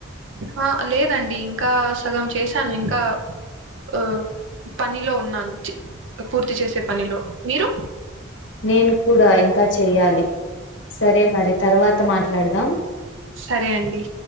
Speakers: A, on the right; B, on the left.
A: హ లేదండి ఇంకాస్ సగం చేశాను ఇంకా ఆ పనిలో ఉన్నాను పూర్తి చేసే పనిలో మీరు
B: నేను కూడా ఇంకా చెయ్యాలి సరే మరి తర్వాత మాట్లాడదాం
A: సరే అండి